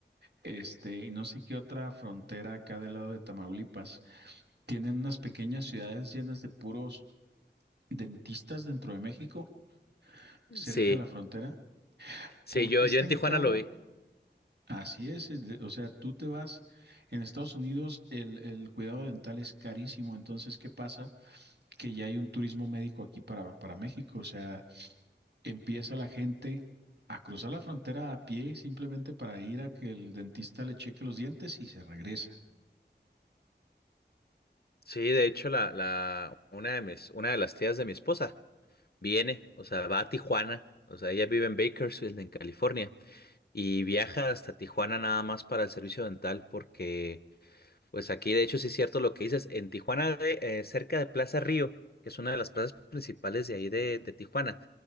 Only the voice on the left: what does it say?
Sí,
sí,
yo,
yo
en Tijuana
lo vi.
Sí, de hecho, la, la, una de mis, una de las tías de mi esposa viene, o sea, va a Tijuana, o sea, ella vive en Bakersfield, en California, y viaja hasta Tijuana nada más para el servicio dental, porque, pues aquí, de hecho, sí es cierto lo que dices, en Tijuana, de- eh, cerca de Plaza Río, que es una de las plazas principales de ahí de, de Tijuana,